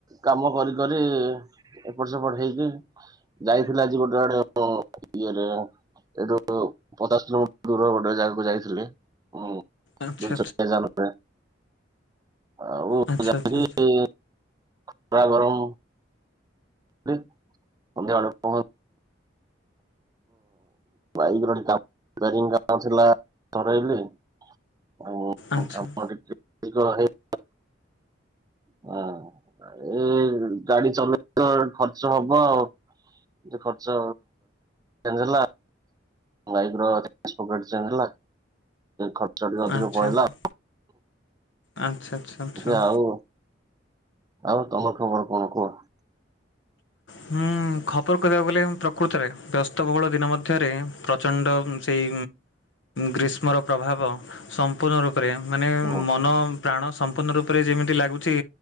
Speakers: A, on the right; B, on the left.
A: କାମ କରି କରି ଏପଟ ସେପଟ ହେଇକି ଯାଇଥିଲା ଆଜି ଗୋଟେ ଆଡେ ଉଁ ଇଏରେ ଏଇଠୁ ପଚାଶ କିଲୋମିଟର ଦୂର ଗୋଟେ ଜାଗାକୁ ଯାଇଥିଲି। ଉଁ।
B: ଆଚ୍ଛା
A: ଦୁଇ ଚକିଆ ଜାନରେ ଆଉ
B: ଆଚ୍ଛା
A: ଯାଇ
B: ଆଚ୍ଛା
A: ଖରା ଗରମ <unintelligible> ସନ୍ଧ୍ୟା ଏଳୁ କ <unintelligible> କାମ ଟିକିଏ
B: ଆଚ୍ଛା ଆଚ୍ଛା
A: ହେଇଗଲା। ହଁ ଏ ଗାଡି ଚଲେଇ ତ ଖର୍ଚ୍ଚ ହବ ଆଉ। ଟିକେ ଖର୍ଚ୍ଚ ହେଲା। ବାଇକର <unintelligible> ହେଲା। ଖର୍ଚ୍ଚ ଟିକେ ଅଧିକ
B: ଆଚ୍ଛା
A: ପଳେଇଲା।
B: ଆଚ୍ଛା ଆଚ୍ଛା ଆଚ୍ଛା ଆଚ୍ଛା
A: ଯେ ଆଉ ଆଉ ତମର ଖବର କଣ କୁହ?
B: ହୁଁ ଖବର କହିବାକୁ ଗଲେ ପ୍ରକୃତରେ ବ୍ୟସ୍ତବହୁଳ ଦିନ ମଧ୍ୟରେ ପ୍ରଚଣ୍ଡ ସେଇ ଗ୍ରୀଷ୍ମର ପ୍ରଭାବ ସମ୍ପୂର୍ଣ୍ଣ ରୂପ ରେ ମାନେ
A: ହୁଁ
B: ମନ ପ୍ରାଣ ସମ୍ପୂର୍ଣ୍ଣ ରୂପରେ ଯେମିତି ଲାଗୁଛି